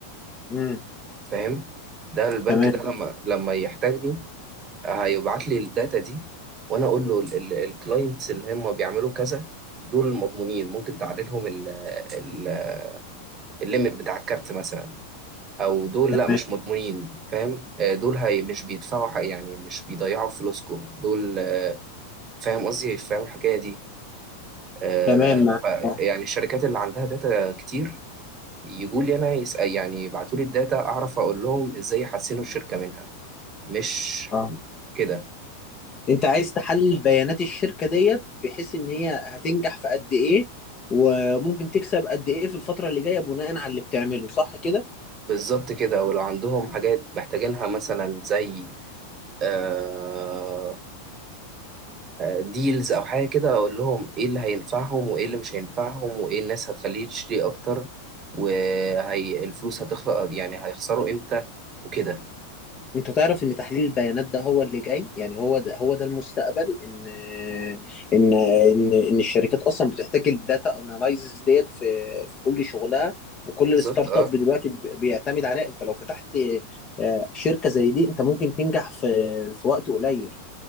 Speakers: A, on the left; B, on the right.
A: امم
B: فاهم ده البنك
A: تمام
B: ده لما لما يحتاجني هيبعت لي الداتا دي وانا اقول له الكلاينتس اللي هم بيعملوا كذا دول مضمونين ممكن تعلي لهم ال- ال- الليميت بتاع الكارت مثلا او دول
A: تمام
B: لا مش مضمونين فاهم آه، دول هي مش بيدفعوا حق يعني مش بيضيعوا فلوسكم دول آه، فاهم قصدي فاهم الحكايه دي آه،
A: تمام
B: ف
A: معاك. اه
B: يعني الشركات اللي عندها داتا كتير يجوا لي انا يسأل يعني يبعتوا لي الداتا اعرف اقول لهم ازاي يحسنوا الشركه منها مش
A: اه
B: كده
A: انت عايز تحلل بيانات الشركة ديت بحيث ان هي هتنجح في قد ايه وممكن تكسب قد ايه في الفترة اللي جاية بناء على اللي بتعمله صح كده
B: بالظبط كده ولو عندهم حاجات محتاجينها مثلا زي آه ديلز او حاجه كده اقول لهم ايه اللي هينفعهم وايه اللي مش هينفعهم وايه الناس هتخليه تشتري اكتر وهي الفلوس هتخلق يعني هيخسروا امتى وكده
A: انت تعرف ان تحليل البيانات ده هو اللي جاي يعني هو ده هو ده المستقبل ان ان ان ان الشركات اصلا بتحتاج الداتا اناليزز ديت في في كل شغلها وكل
B: بالظبط
A: الستارت
B: اه
A: اب دلوقتي ب- بيعتمد عليها انت لو فتحت آه، شركة زي دي انت ممكن تنجح في في وقت قليل